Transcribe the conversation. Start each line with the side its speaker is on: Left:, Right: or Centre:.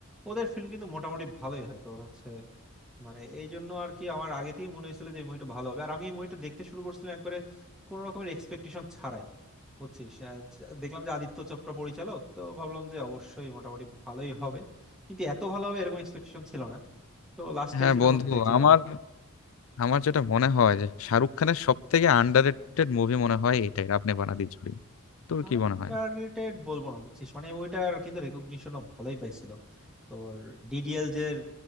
Centre: ওদের ফিল্ম কিন্তু মোটামুটি ভালোই হয় তোর হচ্ছে মানে এই জন্য আর কি আমার আগে থেকে মনে হয়েছিল যে মুভিটা ভালো হবে আর আমি মুভিটা দেখতে শুরু করছিলাম একবারে কোন রকমের এক্সপেকটেশন ছাড়াই বুঝছিস আহ, যা- দেখলাম যে আদিত্য চোপড়া পরিচালক তো ভাবলাম যে অবশ্যই মোটামুটি ভালোই হবে কিন্তু এত ভালো হবে এরকম এক্সপেকটেশন ছিল না তো লাস্টে
Left: হ্যাঁ
Centre: এসে
Left: বন্ধু
Centre: যখন দেখলাম
Left: আমার আমার যেটা মনে হয় যে শাহরুখ খানের সব থেকে আন্ডাররেটেড মুভি মনে হয় এটাই আপনি বানাদি ঝুড়ি তোর
Centre: আন্ডাররেটেড
Left: কি মনে হয়
Centre: বলবো না বুঝছিস মানে এই মুভিটার কিন্তু রেকগনিশনও ভালোই পাইছিল তোর ডিডিএল যে